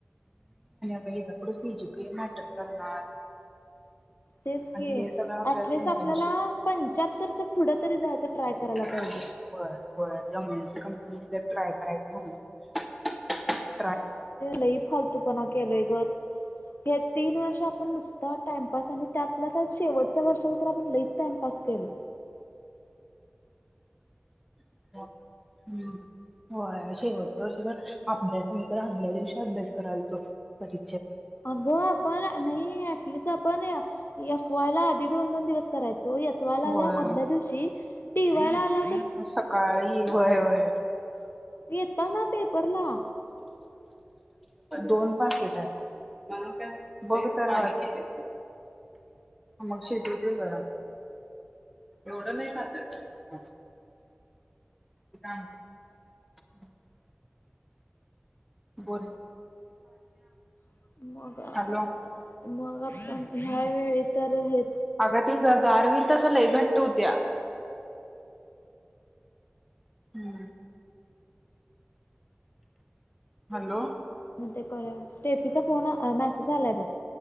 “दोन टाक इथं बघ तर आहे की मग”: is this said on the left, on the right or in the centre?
Centre